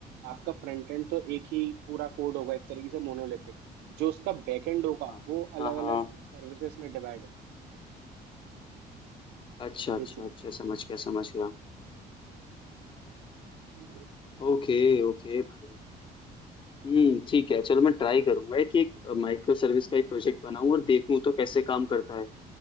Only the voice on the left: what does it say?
हाँ
हाँ
हाँ
अच्छा अच्छा
अच्छा समझ गया समझ गया
ओके ओके भाई हम्म ठीक है चलो मैं ट्राई करूंगा कि एक माइक्रो सर्विस का एक प्रोजेक्ट बनाऊं और देखूं तो कैसे काम करता है